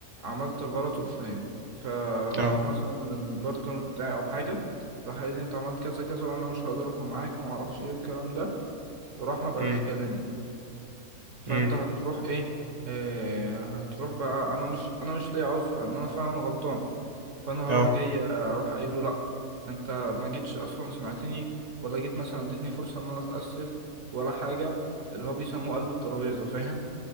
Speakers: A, on the right; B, on the right.
A: عملت الغلط الفلاني فراحت
B: اه
A: مثلا البارتنر بتاعي او حاجه راح قال لي انت عملت كذا كذا وانا مش هقدر اكون معاك وما اعرفش ايه والكلام ده وراح ما بقاش
B: امم
A: يكلمني فانت
B: امم
A: هتروح ايه آه، هتروح بقى انا مش انا مش ليا عذر ان انا فعلا غلطان فانا
B: اه
A: هروح جاي اروح قايل له لا انت ما جيتش اصلا سمعتني ولا جيت مثلا اديتني فرصه ان انا اتاسف ولا حاجه اللي هو بيسموه قلب الترابيزه فاهم